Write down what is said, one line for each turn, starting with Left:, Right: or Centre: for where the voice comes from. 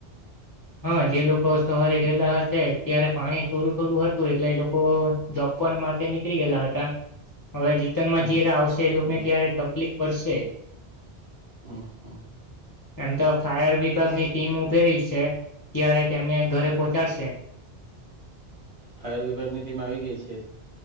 Left: હા જે લોકો સવારે ગયેલા હશે ત્યારે પાણી થોડું થોડું હતું એટલે એ લોકો જોબ પણ માટે ની નીકળી ગયલા હતા હવે રીટર્નમાં
Right: હમ
Left: જયારે આવશે એ લોકોને ત્યારે તકલીફ પડશે.
Right: હમ્મ હમ્મ.
Left: એમ તો ફાયર વિભાગની ટીમ ઉભેરી છે. ત્યારે તેમને ઘરે પહોંચાડશે.
Right: ફાયર વિભાગની ટીમ આવી ગઈ છે.